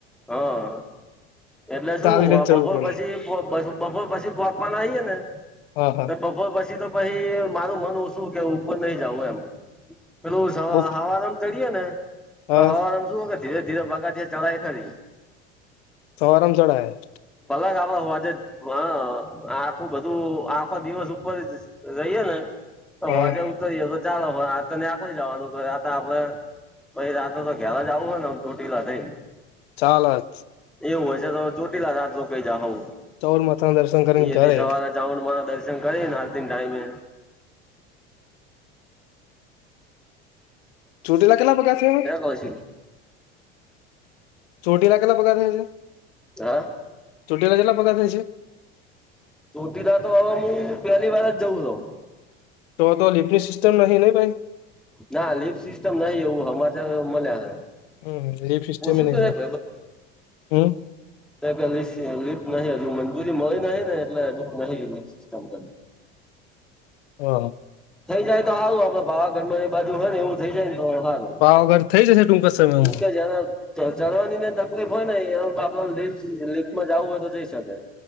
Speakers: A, in the centre; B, on the left.
A: હા. એટલે શું
B: ચાલીને જ ચડવું
A: બપોર
B: પડે
A: અ પછી બપોર પછી પોંકવાના આઈએે ને
B: હા હા
A: તો બપોર પછી તો પહી મારું મન ઓછું કે ઉપર નહીં જાવું એમ. પેલું સવા
B: બો
A: હવારમા ચઢીએ ને
B: હા
A: તો હવા પણ શું ધીરે ધીરે પગથિયાં ચડાય ખરી.
B: સવારામ ચઢાય.
A: પલાક આપડે હોજે જ હ આખું બધું આખો દિવસ ઉપર રઈએ ને તો
B: હા
A: હોજે ઉતરીએ તો ચાલે આ તો આખોઈ જાવાનું આ તો આપડે પછી રાતે તો ઘેર જ આવું હેને આમ ચોટીલા થઈન.
B: ચાલત
A: એવું હોય છે તો ચોટીલા રા રોકાઈ જાહુ અહીંયાથી
B: ચૌલ માથાના દર્શન કરીને ઘરે
A: સવારે જાવાનું માના દર્શન કરીન આરતી ન ટાઈમે
B: ચોટીલા કેટલા પગિયા છે?
A: પસી
B: ચોટીલા કેટલા પગથિયાં છે?
A: ચા.
B: ચોટીલા કેટલા પગાર થાય છે
A: ચોટીલા તો અવે મુ પેહલી વાર જ જઉં શુ.
B: તો તો લિફ્ટની સિસ્ટમ નહીં ને ભાઈ?
A: ના લીફ સિસ્ટમ નહીં એવું હમાચાર મલ્યા હે.
B: અમ હમ્મ લીફ સિસ્ટેમ
A: પૂછ્યું
B: હી નહીં
A: તું
B: હો
A: એક
B: હમ્મ.
A: તા કા લીફ લીફ્ટ નહીં હજુ મંજૂરી મળી નહીં ને એટલે અજુ નહીં લીફ્ક સિસ્ટમ કઈ.
B: હા.
A: થઈ જાય તો હારું આપડે પાવાગઢમાં એ બાજુ હોયને એવું થઈ જાય ને તો હારું.
B: પાવાગઢ થઈ જશે ટૂંક જ સમયમાં
A: એમ કે જરા ચઢવાનીને તકલીફ હોય ને એ બા લી લીફમાં જાવું હોય તો જઈ શકે.